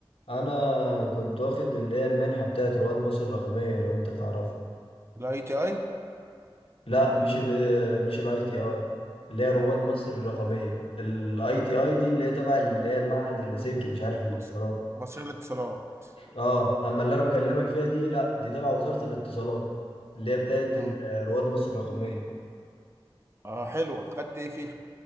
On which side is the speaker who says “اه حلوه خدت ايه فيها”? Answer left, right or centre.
Right